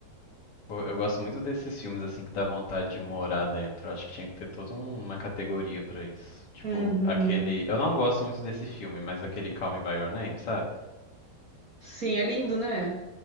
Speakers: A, on the left; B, on the right.
A: Pô, eu gosto muito desses filmes, assim, que dá vontade de morar dentro. Eu acho que tinha que ter toda um- uma categoria pra isso. Tipo,
B: Uhum.
A: aquele... Eu não gosto muito desse filme, mas aquele Call Me By Your Name, sabe?
B: Sim, é lindo, né?